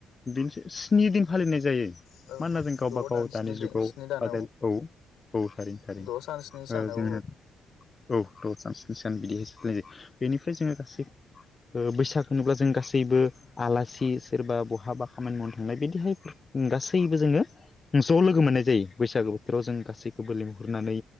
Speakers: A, on the left; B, on the left.
A: बिदिनोसै स्नि दिन फालिनाय जायो
B: औ
A: मान होना जों गावबा
B: द'
A: गाव
B: दान स्नि
A: दानि जुगाव
B: दिन स्नि दान
A: बादाय औ औ थारैनो थारै
B: द' सान स्नि सान
A: ओ
B: औ
A: जोंनो औ द' सान स्नि सान बिदिहायसो फालिनाय जायो बेनिफ्राय जोङो गासै ओ बैसाग होनोब्ला जों गासैबो आलासि सोरबा बहाबा खामानि मावनो थांनाय बिदिहाय गासैबो जोङो ज' लोगो मोननाय जायो बैसागो बोथोराव जों गासैखौबो लिंहरनानै